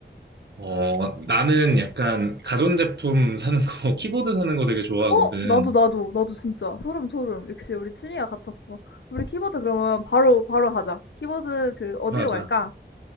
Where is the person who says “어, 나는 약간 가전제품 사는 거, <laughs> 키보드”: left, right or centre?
Right